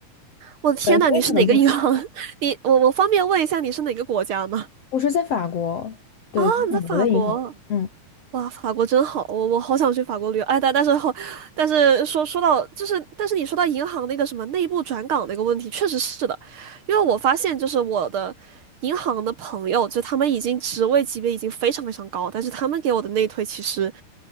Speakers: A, on the right; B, on the left.
A: 我的天呐，
B: 呃，所以可能不是。
A: 你是哪个银行？<laughs> 你我我方便问一下你是哪个国家吗？
B: 我是在法国，对，
A: 啊，
B: 就是法国的银行。
A: 你在法国。
B: 嗯
A: 哇，法国真好，我我好想去法国旅游。哎，但但是后，但是说说到就是，但是你说到银行那个什么内部转岗那个问题，确实是的，因为我发现就是我的银行的朋友，就他们已经职位级别已经非常非常高，但是他们给我的内推其实